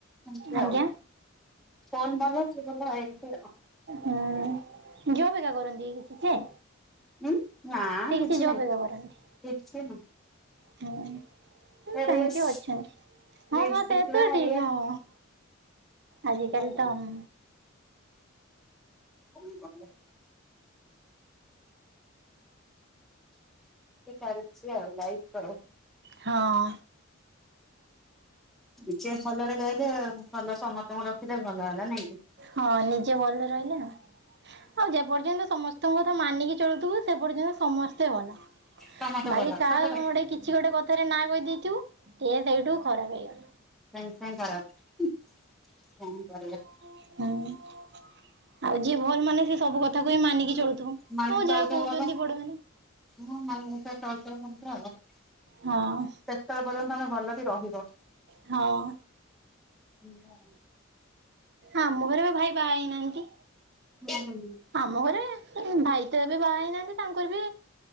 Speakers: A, in the centre; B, on the right (about 60°).
A: ଏମିତି
B: ଆଜ୍ଞା
A: ଆଉ ଫୋନ୍ ଭଲ ସେ ଭଲ ଏମିତି ଆଉ
B: ହୁଁ ଘିଅ ଅ ବେିକା କରନ୍ତି କିଛି ସେ
A: ଉଁ ନା
B: ସେ
A: କିଛି
B: ଜବ୍
A: ନାହିଁ
B: ଏକା
A: କିଛି
B: କରନ୍ତି।
A: ନାହିଁ
B: ହୁଁ ସେ ସେମିତି
A: ରିଲ୍ସ
B: ଅଛନ୍ତି ହଁ
A: ରିଲ୍ସ
B: ହଁ
A: ଦେଖିବା
B: ସେତ ଠିକ୍
A: ଇଏ
B: ହଁ
A: ଏଇଆ
B: ଆଜିିକାଲି
A: ଆଉ
B: ତ ଅମ୍
A: ହଉ <unintelligible> ଚାଲିଛି ଆଉ ଲାଇଫ୍ ଆଉ
B: ହଁ
A: ନିଜେ ଭଲରେ ରହିଲେ ଭଲ ସମସ୍ତଙ୍କୁ ରଖିଲେ ଭଲ ହେଲା ନାଇଁ କି-
B: ହଁ ନିଜେ ଭଲ ରହିଲେ ଆଉ ହଁ ଯେପର୍ଯ୍ୟନ୍ତ ସମସ୍ତଙ୍କ କଥା ମାନିକି ଚଳୁଥିବୁ ସେପର୍ଯ୍ୟନ୍ତ ସମସ୍ତେ ଭଲ
A: ସମସ୍ତେ
B: ଭାଇ
A: ଭଲ
B: କାହା
A: ସତ କଥା
B: ଏଡି କିଛି ଗୋଟେ କଥାରେ ନା କହିଦେଇଥିବୁ ସେ ସେଇଠୁ ଖରାପ ହେଇଗଲା
A: ସାଙ୍ଗ ସାଙ୍ଗ କର ହଁ କରିବା
B: ହଁ ଆଉ ଯିଏ ଭଲ ମାନେ ସେ ସବୁ କଥାକୁ ହିଁ ମାନିକି ଚଳୁଥିବ
A: ମାନି
B: ହଁ
A: ଚଳୁଥିବ
B: ଯାହା କହୁଛନ୍ତି
A: ଭଲ
B: ବଡ ମାନେ
A: ହଁ ମଲ ଚାଳଚ ଖନ୍ତ୍ରଉ <unintelligible>
B: ହଁ
A: ସେତେଳେ ପର୍ଯ୍ୟନ୍ତ ଆମେ ଭଲ ବି ରହିବ
B: ହଁ
A: ହ <unintelligible>
B: ଆମ ଘରେ ବି ଭାଇ ବାହା ହେଇନାହାନ୍ତି
A: ହୁଁ ହୁଁ
B: ଆମ ଘରେ ଭାଇ ତ ଏବେ ବାହା ହେଇନାହାନ୍ତି ତାଙ୍କର ବି